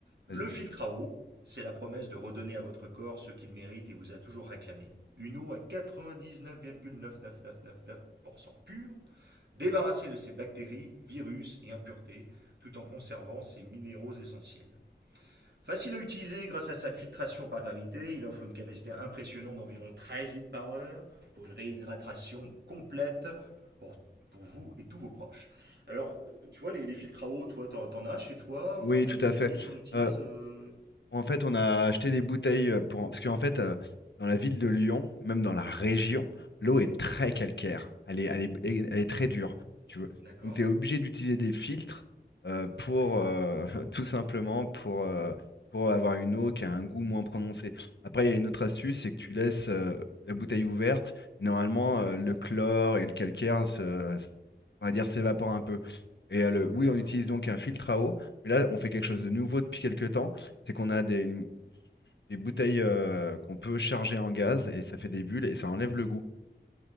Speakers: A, on the right (about 70°); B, on the left (about 75°).
A: Le
B: Vas-y.
A: filtre à eau, c'est la promesse de redonner à votre corps ce qu'il mérite et vous a toujours réclamé. Une eau à 99,99999% pure, débarrassée de ses bactéries, virus et impuretés, tout en conservant ses minéraux essentiels. Facile à utiliser grâce à sa filtration par gravité, il offre une capacité impressionnante d'environ 13 litres par heure pour une réhydratation complète pour, pour vous et tous vos proches. Alors, euh, tu vois, les, les filtres à eau, toi, t'en, t'en as chez toi? Enfin,
B: Oui,
A: t'as
B: tout
A: des
B: à fait.
A: amis qui en utilisent?
B: Euh,
A: euh,
B: En fait, on a acheté des bouteilles euh, pour... Parce qu'en fait, euh, dans la ville de Lyon, même dans la région, l'eau est très calcaire. Elle est, elle est, elle est très dure, si tu veux.
A: D'accord.
B: Donc, tu es obligé d'utiliser des filtres euh, pour,
A: Ouais.
B: euh, <laughs> tout simplement, pour, euh, pour avoir une eau qui a un goût moins prononcé. Après, il y a une autre astuce, c'est que tu laisses euh, la bouteille ouverte. Et normalement, euh, le chlore et le calcaire, se- on va dire, s'évapore un peu. Et euh, le- oui,
A: D'accord.
B: on utilise donc un filtre à eau. Mais là, on fait quelque chose de nouveau depuis quelques temps c'est qu'on a des, une- des bouteilles euh, qu'on peut charger en gaz et ça fait des bulles et ça enlève le goût.